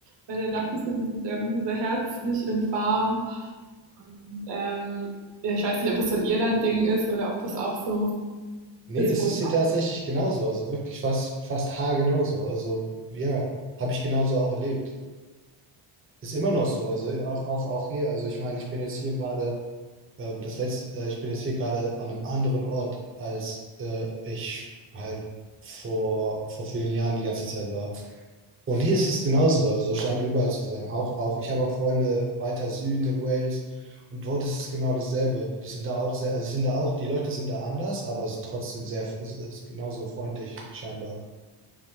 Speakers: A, on the right (about 60°); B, on the right (about 25°).
A: Weil dann dachte ich so, die sind irgendwie so herzlich und warm. Und, ähm, ja, ich weiß nicht, ob das so ein Irland-Ding ist oder ob das auch so
B: Nee,
A: ist,
B: das
A: wo
B: ist hier tatsächlich genauso. Also wirklich fast, fast haargenau so. Also ja, habe ich genauso auch erlebt. Ist immer noch so. Also auch, auch, auch hier. Also ich meine, ich bin jetzt hier gerade, ähm, das letzte, äh, ich bin jetzt hier gerade an einem anderen Ort, als äh, ich halt vor, vor vielen Jahren die ganze Zeit war. Und hier ist es genauso, also scheint überall zu sein. Auch, auch, ich habe auch Freunde weiter Süden in Wales und dort ist es genau dasselbe. Die sind da auch sehr, also sie sind da auch, die Leute sind da anders, aber es ist trotzdem sehr, es ist genauso freundlich scheinbar.